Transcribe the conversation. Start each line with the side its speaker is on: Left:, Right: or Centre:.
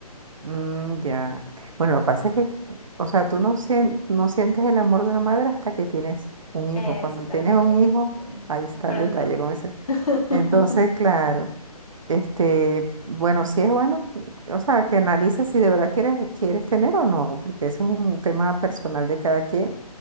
Right: Mm, ya. Bueno, lo que pasa es que, o sea, tú no, sien- no sientes el amor de una madre hasta que tienes un hijo.
Left: Eso
Right: Cuando
Left: también,
Right: tienes un hijo,
Left: sí,
Right: ahí está
Left: de pronto.
Right: el detalle, como
Left: <laughs>
Right: Entonces, claro, este, bueno, sí es bueno, o sea, que analices si de verdad quieres, quieres tener o no, porque eso es un tema personal de cada quien